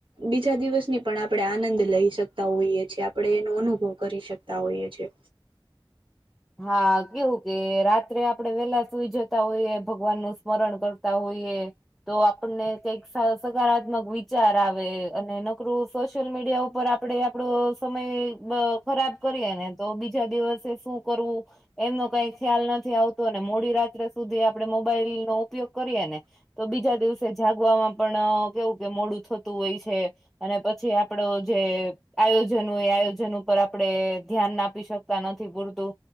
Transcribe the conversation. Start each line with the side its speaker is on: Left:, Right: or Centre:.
Right: બીજા દિવસની પણ આપણેે આનંદ લઈ શક તા હોઈએ છીએ, આપણે એનો અનુભવ કરી શકતા હોઈએ છીએ.
Centre: હા, કેવું કે રાત્રે આપણેે વેલા સુઈ જતા હોઈએ, ભગવાનનું સ્મરણ કરતા હોઈએ. તો આપણને કંઈક સકારાત્મક વિચાર આવે અને નકરું સોશિયલ મીડિયા ઉપર આપડે વાત આપડો સમય ખરાબ કરીએ ને તો બીજા દિવસે શું કરવું એમનો કંઈ ખ્યાલ નથી, આવતો ને મોડી રાત્રે સુધી આપડે મોબાઈલનો ઉપયોગ કરીએને તો બીજા દિવસે જાગવામાં પણ કેવું કે મોડું થતું હોય છે અને પછી આપડો જે આયોજન હોય એ આયોજન ઉપર આપડે ધ્યાનના આપી શક તા નથી પૂરતું